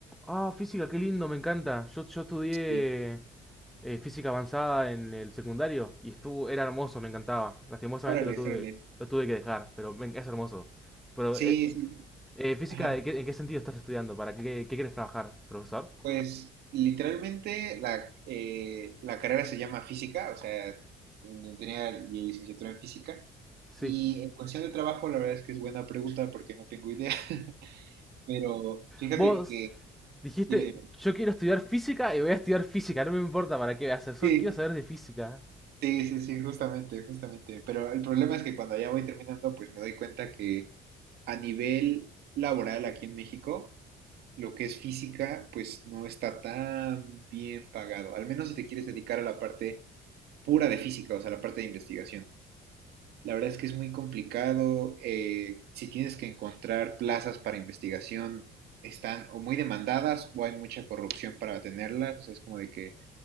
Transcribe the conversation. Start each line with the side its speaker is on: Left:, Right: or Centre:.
Centre: Ah, física, qué lindo, me encanta. Yo, yo estudié
Right: Sí.
Centre: eh, física avanzada en el secundario y estuvo, era hermoso, me encantaba. Lastimosamente
Right: Órale,
Centre: lo tuve,
Right: órale.
Centre: lo tuve que dejar, pero me- es hermoso. Pero,
Right: Sí,
Centre: eh,
Right: sí.
Centre: eh, física,
Right: Ajá.
Centre: ¿de qué- ¿en qué sentido estás estudiando? ¿Para qué, qué quieres trabajar, profesor?
Right: Pues literalmente la, eh, la carrera se llama física, o sea, yo tenía la licenciatura en física.
Centre: Sí.
Right: Y en cuestión de trabajo, la verdad es que es buena pregunta porque no tengo idea. <laughs> Pero fíjate
Centre: Vos
Right: que,
Centre: dijiste,
Right: dime,
Centre: yo quiero estudiar física y voy a estudiar física, no me importa para qué hacer, solo
Right: dime.
Centre: quiero saber de física.
Right: Sí, sí, sí, justamente, justamente. Pero el problema es que cuando ya voy terminando, pues me doy cuenta que a nivel laboral aquí en México, lo que es física, pues no está tan bien pagado. Al menos si te quieres dedicar a la parte pura de física, o sea, la parte de investigación. La verdad es que es muy complicado. eh, si tienes que encontrar plazas para investigación, están o muy demandadas o hay mucha corrupción para tenerlas. O sea, es como de que